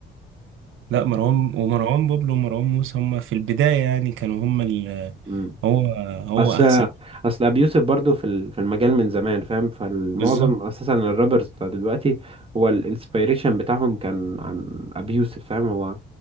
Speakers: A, on the right; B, on the right.
A: لا مروان ومروان بابلو ومروان موسى هما في البداية يعني كانوا هما ال
B: بابلو
A: هو هو
B: اصل
A: احسن
B: اصل ابي يوسف برضه في ال- في المجال من زمان فاهم فالمعظم
A: بالظبط
B: اساسا الرابرز بتاع دلوقتي هو الانسبيريشن بتاعهم كان عن ابي يوسف فاهم هو